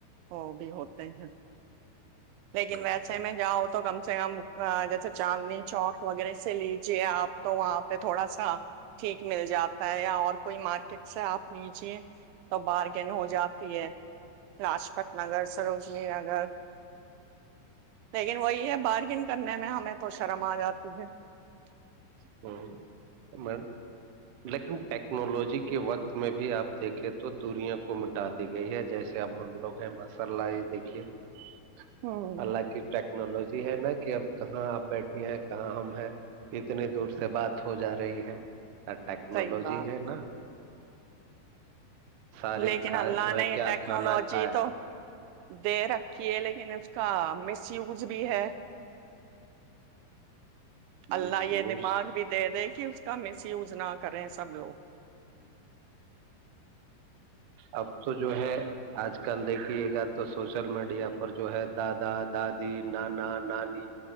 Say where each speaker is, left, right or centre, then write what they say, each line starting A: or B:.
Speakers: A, on the right; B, on the right.
A: وہ بھی ہوتے ہیں <unintelligible> لیکن ویسے
B: ہ
A: میں جا ہوتا <unintelligible> تو کم سے کم جیسے چاندنی چوک وغیرہ سے لیجیے آپ تو وہاں پہ تھوڑا سا <unintelligible> ٹھیک مل جاتا ہے یا اور کوئی مارک <unintelligible> کت سے آپ لیجیے تو بارگین ہو جاتی ہے لاجپت نگر سروجنی نگر <unintelligible> لیکن وہی ہے بارگن کرنے میں ہمیں تو شرم آ جاتی ہے <unintelligible>
B: ہوں میں <unintelligible> لیکن ٹیکنالوجی کے وقت میں بھی آپ دیکھیں تو دوریا کو مٹا دی گئی ہے جیسے اب ہم لوگ ہیں ماشاء اللہ اس دیکھیے <unintelligible>
A: ہوں
B: اللہ کی ٹیک <unintelligible> ٹیکنالوجی ہے نا کہ اب کہاں آپ بیٹھیے ہیں کہاں ہم ہیں اتنی دور سے <unintelligible> سے بات ہو جا رہی ہے <unintelligible> کیا ٹیکنالوجی
A: صحیح بات
B: ہے نا <unintelligible> سارے
A: لیکن
B: کھا
A: اللہ
B: جو ہے
A: نے
B: کیا
A: ٹیکنالوجی
B: کھانا کھائے
A: تو دے رکھیے لیکن اس کا مس یوز بھی ہے اللہلہ
B: مس یوز
A: یہ دماغ بھی دے دے کہ اس کا مس یوز نہ کریں سب لوگ
B: اب تو جو ہے آج کل دیکھیے گا تو سوشل میڈیا پر جو ہے دادا دادی نانا نانی